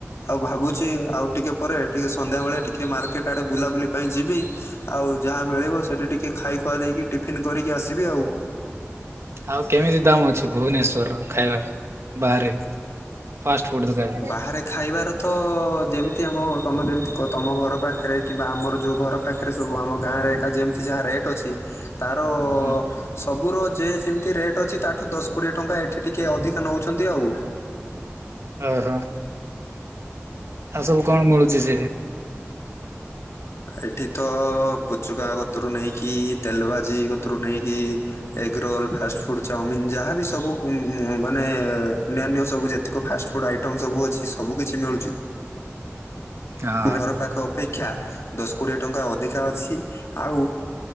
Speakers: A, on the left; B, on the right.
A: ଆଉ ଭାବୁଚି ଆଉ ଟିକେ ପରେ ଟିକେ ସନ୍ଧ୍ୟାବେଳେ ଟିକେ ମାର୍କେଟ ଆଡେ ବୁଲାବୁଲି ପାଇଁ ଯିବି ଆଉ ଯାହା ମିଳିବ ସେଇଠି ଟିକିଏ ଖାଇଖୁଆ ଦେଇକି ଟିଫିନ୍ କରିକି ଆସିବି ଆଉ।
B: ଆଉ କେମିତି ଦାମ ଅଛି ଭୁବନେଶ୍ଵରର ଖାଇବା ବାହାରେ? ଫାଷ୍ଟଫୁଡ୍ ଦୋକାନରେ?
A: ବାହାରେ ଖାଇବାର ତ ଯେମିତି ଆମ ତମେ ଯେମିତି ତମ ଘର ପାଖରେ କିମ୍ବା ଆମର ଯେଉଁ ଘର ପାଖରେ ସବୁ ଆମ ଗାଁରେ ଏକା ଯେମିତି ଯାହା ରେଟ୍ ଅଛି ତାର
B: ହୁଁ
A: ସବୁର ଯେ ଯେମିତି ରେଟ୍ ଅଛି ତାଠୁ ଦଶ କୋଡ଼ିଏ ଟଙ୍କା ଏଠି ଟିକିଏ ଅଧିକା ନଉଚନ୍ତି ଆଉ।
B: ଓହୋ। ଆଉ ସବୁ କଣ ମିଳୁଛି ସେଇଠେ?
A: ଏଠି ତ ପୁଚୁକା ଗତରୁ ନେଇକି ତେଲ ଭାଜି ଗତରୁ ନେଇକି ଏଗରୋଲ ଫାଷ୍ଟଫୁଡ ଚାଓମିିନ ଯାହାବି ସବୁ ମାନେ ଅନ୍ୟାନ୍ୟ ସବୁ ଯେ ଅଧିକ ଫାଷ୍ଟଫୁଡ୍ ଆଇଟମ୍ ସବୁ ଅଛି ସବୁ କିଛି ମିଳୁଚି।
B: ହଁ
A: ଘର ପାଖ ଅପେକ୍ଷା ଦଶ କୋଡ଼ିଏ ଟଙ୍କା ଅଧିକା ଅଛି ଆଉ